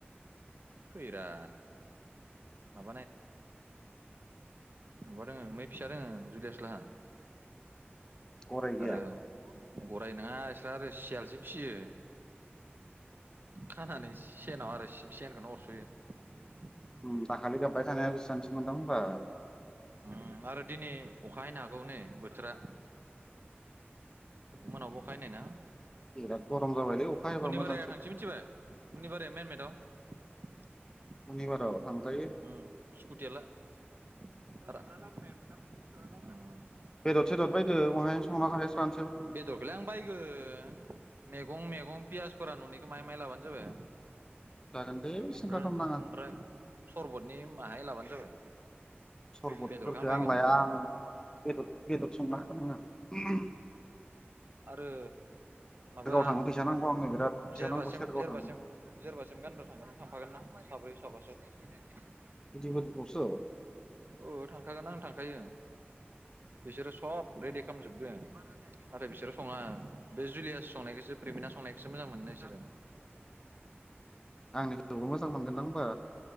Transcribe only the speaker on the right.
फैरा <inaudible> दोङो मै फिसा दोङो जुदियासलाङा
आरो गराय नङा इस्रा आरो सियालसो फिसियो खानानै सेनाव आरो सिब सेनखौनो अर <unintelligible>
<unintelligible> आरो दिनै अख हैनो हागौ नै बोथोरा मोनायावबो अखा हैनाय ना
हुनिबारायाव
थांसै मिथिबाय <inaudible>
उम स्कुटियाला <unintelligible>
बेदरखौलाय आं बायगोन मेगं मेगं फियासफोरा न'निखौ माइ लाबानो जाबाय।
ओमफ्राय
ओमफ्राय सरबतनि बाहाय लाबानो जाबाय।
बेदरखौ बायगोन
आरो माबा
जेरबासिम
जेरबासिम
जेरबासिम गानग्रा थांगोन थांफागोन ना साब्रै <unintelligible>
अ थांखागोन आं थांखायो। बिसोरो सब रेडि खालामजोबदों नाथाय बिसोरो सङा बे जुलियास संनायखौसो प्रेमिना संनायखौसो मोजां मोनो बिसोरो।